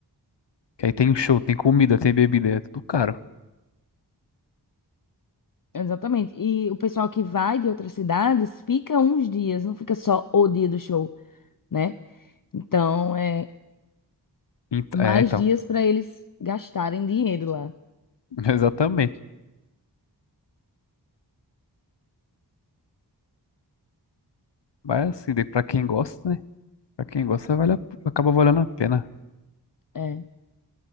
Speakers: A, on the left; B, on the left.
A: Que aí tem o show, tem comida, tem bebida, é tudo caro.
B: Exatamente. E o pessoal que vai de outras cidades fica uns dias, não fica só o dia do show, né? Então, é
A: Ent-
B: mais
A: É, então.
B: dias para eles gastarem dinheiro lá.
A: <laughs> Exatamente. Mas assim, daí pra quem gosta, né? Pra quem gosta, vale a- acaba valendo a pena.
B: É.